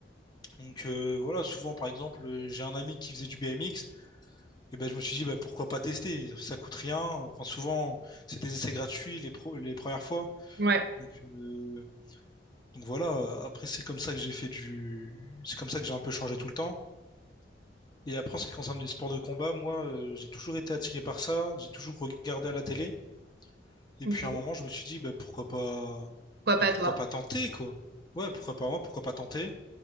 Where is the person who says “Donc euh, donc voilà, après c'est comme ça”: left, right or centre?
Left